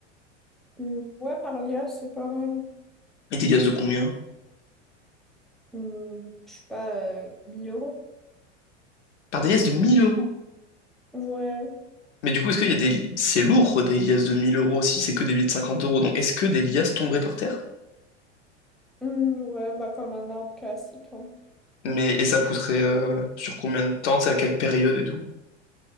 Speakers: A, in the centre; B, on the left (about 70°).
A: Hmm, Ouais, par là, c'est pas mal.
B: Et des liasses de combien?
A: Hmm, je sais pas, euh, 1000 euros.
B: Par des liasses de 1000 euros.
A: Ouais,
B: Mais du coup, est-ce qu'il y a des... li- C'est lourd, des liasses de mille euros, si c'est que des billets de 50 euros. Donc, est-ce que des liasses tomberaient par terre?
A: Hmm, ouais, bah, comme un arbre classique. hein.
B: Mais, et ça pousserait euh, sur combien de temps? C'est à quelle période et tout?